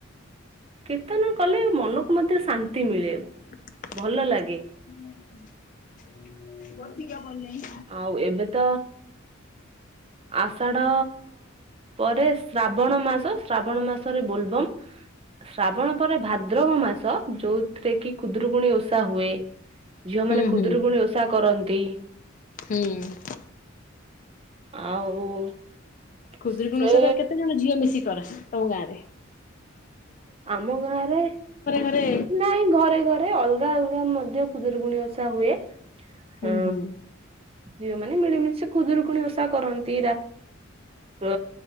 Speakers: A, on the right (about 30°); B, on the left (about 40°).
A: କୀର୍ତ୍ତନ କଲେ ମନକୁ ମଧ୍ୟ ଶାନ୍ତି ମିଳେ।
B: <unintelligible>
A: ଭଲ ଲାଗେ
B: ଗା ଭଲେଇ
A: ଆଉ ଏବେ ତ ଆଷାଢ ପରେ ଶ୍ରାବଣ ମାସ ଶ୍ରାବଣ ମାସରେ ବୋଲବମ୍, ଶ୍ରାବଣ ପରେ ଭାଦ୍ରବ ମାସ ଯୋଉଥିରେ କି କୁଦ୍ରକୁୁଣୀ ଓଷା ହୁଏ। ଝିଅ
B: ହୁଁ
A: ମାନେ କୁଦରୁକୁୁଣି
B: ହୁଁ
A: ଓଷା କରନ୍ତି। ଦ
B: ହୁଁ।
A: ଆଉ
B: କୁଦ୍ରୀ କୁଣେଶ
A: ସେ
B: ତ କେତ ଜଣଝିଅ ମିଶି ସ ତମ ଗାରେ।
A: ଆମ ଗାଁରେ
B: ଘରେ
A: ନାଇଁ ଘରେ ଘରେ ଅଲଗା ଅଲଗା ମଧ୍ୟ କୁଦରକୁୁଣି ଓଷା ହୁଏ। ଆ
B: ହୁଁ ହୁଁ
A: ଝିଅମାନେ ମିଳିମିଳି ସେ ଖୁଦୁରୁକୁଣି ଓଷା କରନ୍ତି ରା ମ